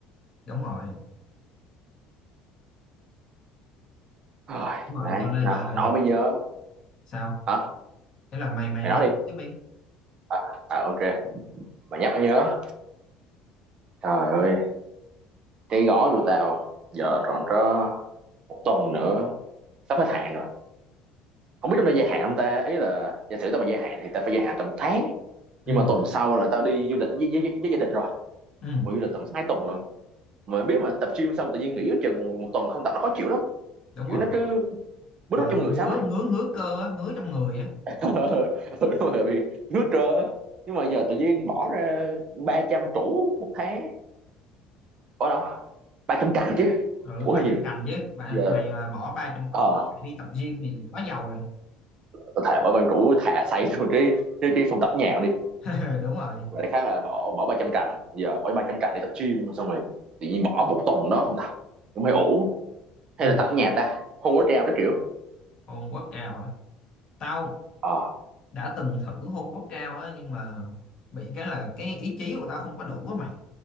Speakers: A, on the left; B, on the right.
A: đúng rồi
B: rồi
A: đúng rồi
B: này
A: cho nên
B: nào
A: là
B: mà nói mới nhớ
A: sao
B: hả
A: thế là mày mày
B: mày
A: nói
B: nói đi
A: tiếp đi
B: à, à ok mà nhắc nhớ trời ơi cái gói của tao giờ còn có một tuần nữa sắp hết hạn rồi không biết trong đây gia hạn không ta ý là giả sử tao mà gia hạn thì tao phải gia hạn tầm một tháng
A: ừ
B: nhưng mà tuần sau là tao đi du lịch với, với, với gia đình rồi
A: ừ
B: mà du lịch tầm hai tuần luôn mà biết mà tập gym xong tự nhiên nghỉ giữa chừng một tuần không tập nó khó chịu lắm
A: đúng
B: kiểu
A: rồi
B: nó cứ bứt
A: gọi
B: rứt
A: là
B: trong
A: bị
B: người
A: ngứa
B: sáng mày,
A: ngứa ngứa cơ á ngứa trong người á
B: <laughs> ừ đúng rồi bị nước trơ nhưng mà giờ tự nhiên bỏ ra 300 củ một tháng ở đâu 300 cành chứ
A: ừ
B: củ
A: ba
B: hơi nhiều
A: trăm cành chứ ba,
B: giờ
A: mày mà bỏ ba trăm củ
B: ờ
A: để đi tập gym thì quá giàu rồi
B: có thể bỏ bằng củ thà xây luôn cái cái, cái phòng tập nhà đi
A: <laughs> đúng rồi
B: và đại khái là bỏ bỏ ba trăm cành giờ bỏ 300 cành để tập gym xong rồi tự nhiên bỏ một tuần đó không tập cũng hơi ủ hay
A: ừ
B: là tập ở nhà ta không có treo cái kiểu
A: hồn quá cao hả tao
B: ờ à,
A: đã từng thử hôn gốc cao á nhưng mà bị cái là cái ý chí của tao không có đủ á mày